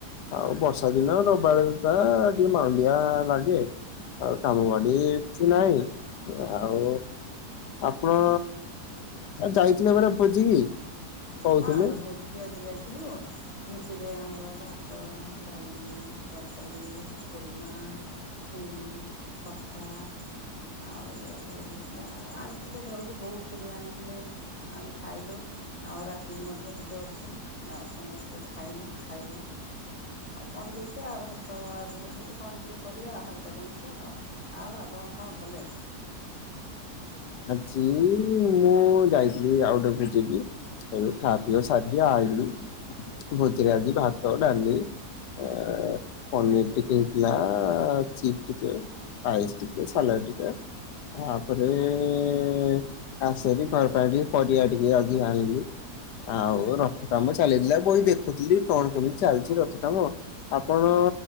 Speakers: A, on the left (about 85°); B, on the left (about 40°).
A: ଆଉ ବର୍ଷା ଦିନ ରବିବାରେ ଆଁ ଟିକେ ମାଣ୍ଡିଆ ଲାଗେ ଆଉ କାମ ବାଡି
B: ହଁ
A: କିଛିନାଇଁ। ଆଉ ଆପଣ ଯାଇଥିଲେ ପରା ଭୋଜିିକି? କହୁଥିଲେ।
B: ହଁ ଆମେ ଭୋଜି ଜି ଆଜି ଯାଇଥିଲୁ ଭୋଜିରେ ଆମର ଭାତ ଡାଲି ତରକାରୀ ଖୁର୍ମା ଖିରି ଖଟା ଆଉ ଏଇଗୁଡା ସବୁ ହେଇଥିଲା ଆଉ ଆଣିଥିଲେ ଘରକୁ ବହୁତ ଗୁଡିଏ ଆଣିଥିଲେ ଆମେ ଖାଇଲୁ ଆଉ ରାତିକୁ ମଧ୍ୟ ଟିକେ ଅଛି ଆଉ ସମସ୍ତେ ଖାଇନୁ ଖାଇବୁ ଆଉ କଣ ଦେଖିବା ଭାତ ଟିକେ ହେଇଠି କଣ ଟିକେ କରିବା ହାଲକା ଜିନିଷ ଆଉ। ଆଉ ଆପଣ କଣ କଲେ।?
A: ଆଜି ମୁଁ ଯାଇଥିଲି ଆଉ ଗୋଟେ ଭୋଜିକି ଏ ଖାଆ ପିଅ ସାରି ଆଇଲି ଭୋଜିରେ ଆଜି ଭାତ ଡାଲି ଆ ପନିର ଟିକେ ହେଇଥିଲା ଚିପ୍ ଟିକେ ପାଇସି ଟିକେ ସଲାଡ ଟିକେ ତାପରେ ଏଁ ଆସେରୀ ପାରପେରି ପରିବା ଟିକେ ଆଜି ଆଣିଲି। ଆଉ
B: ହୁଁ
A: ରଥ କାମ ଚାଲିଥିଲା ବଇ ଦେଖୁଥିଲି କଣ କେମିତି ଚାଲିଛି ରଥ କାମ। ଆପଣ